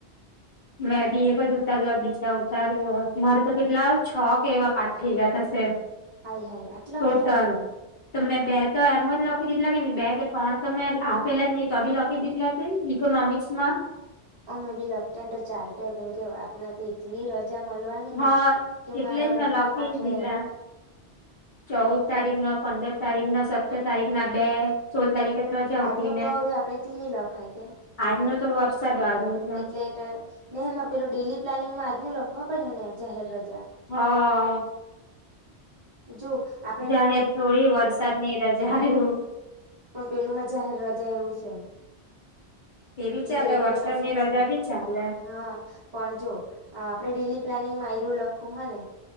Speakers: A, on the left (about 55°); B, on the right (about 35°).
A: મેં બી એક જ ઉતારલા બીજા ઉતારવ મારે તો કેટલા છો કે એવા પાંચ ખેજા થશે.
B: હાય હાય આટલા
A: ટોટલ.
B: બધા
A: તો મેં બે તો એમ જ લખી દીધલા કે નં બે કે ત્રણ તો મેં આપેલા જ નહી તો બી લખી દીધલા. ઇકોનોમિક્સ માં.
B: અમે બી લખતા ને તો ચાલતા કેમ કે આપણે તો એટલી રજ જા મળવાની
A: હા
B: ને કે
A: એટલે
B: મારા
A: જ
B: અડધા
A: મેં લખી
B: પાઠરે.
A: દીધલા ચૌદ તારીખ ના પંદર તારીખ ના સત્તર તારીખ ના બે. સોલ તારીખે તો રજા આવતી
B: આજનું
A: ને
B: તો હવે આપડેથી ની લખાય કે
A: આજનો તો વરસાદ વાળો.
B: એટલે ને એમાં પેલું ડેલી પ્લાનિંગમાં આજ ન લખવા પડે હે ને જાહેર રજા.
A: હા.
B: જો આ
A: જાહેર થોડી વરસાદની રજા આવું.
B: પણ પેલું માં જાહેર રજા એવું છે.
A: એ બી
B: બીજા
A: ચાલે
B: એક
A: વરસાદની
B: બે મેસેજ
A: રજા
B: છે ને
A: બી ચાલે.
B: હા પણ જો આપડે ડેલી પ્લાનિંગ માં એર લખવું હે ને.